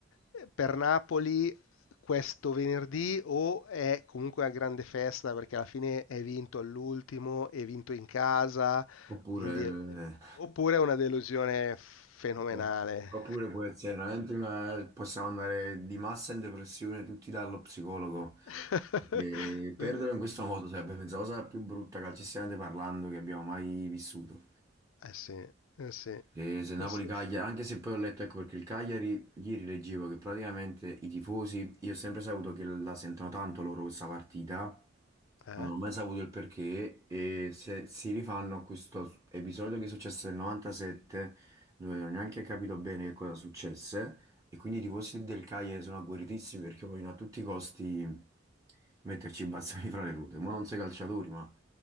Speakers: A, on the left; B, on the right.
A: eh, per Napoli questo venerdì o è comunque una grande festa perché alla fine è vinto all'ultimo, è vinto in casa,
B: oppure
A: quindi...
B: il-
A: Oppure è una delusione fenomenale.
B: Beh, Oppure può essere veramente una... possiamo andare di massa in depressione tutti dallo psicologo.
A: <laughs>
B: Perché perderlo in questo modo sarebbe penso, la cosa più brutta calcisticamente parlando che abbiamo mai vissuto.
A: Eh sì, eh sì, eh
B: E se Napoli-Cagliari,
A: sì.
B: anche se poi ho letto, ecco perché il Cagliari, ieri leggevo che praticamente i tifosi, io ho sempre saputo che la sentono tanto loro questa partita,
A: Eh?
B: ma non ho mai saputo il perché e se si rifanno a questo episodio che è successo nel 97 dove non ho neanche capito bene che cosa successe e quindi i tifosi del Cagliari sono agguerritissimi perché vogliono a tutti i costi metterci i bazzoni fra le ruote, ma non sei calciatori, ma,